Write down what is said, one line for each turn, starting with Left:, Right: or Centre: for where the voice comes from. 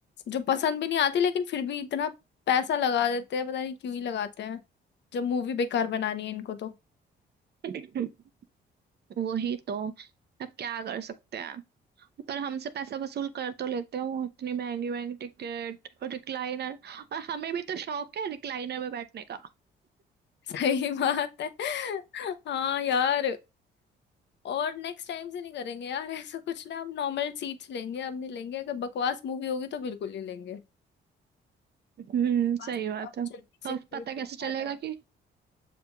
Left: जो पसंद भी नहीं आती लेकिन फिर भी इतना पैसा लगा देते हैं पता नहीं क्यों ही लगाते हैं जब मूवी बेकार बनानी है इनको तो
Right: <laughs> <clears throat> वही तो अब क्या कर सकते हैं पर हमसे पैसा वसूल कर तो लेते हैं वो इतनी महंगी महंगी टिकट और रिक्लाइनर और हमें भी तो शौक है रिक्लाइनर में बैठने का
Left: <laughs> सही बात है हाँ यार और नेक्स्ट टाइम से नहीं करेंगे यार ऐसा कुछ ना हम नॉर्मल सीट्स लेंगे अब नहीं लेंगे अगर बकवास मूवी होगी तो बिल्कुल नहीं लेंगे
Right: हम्म
Left: बस
Right: सही बात
Left: अब
Right: है
Left: जल्दी
Right: तो
Left: से खेल
Right: पता
Left: के
Right: कैसे
Left: खा
Right: चलेगा
Left: जाओ
Right: कि